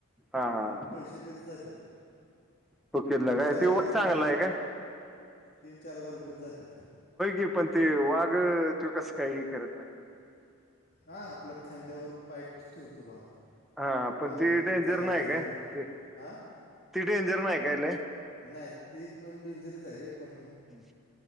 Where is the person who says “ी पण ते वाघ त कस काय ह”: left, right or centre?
Centre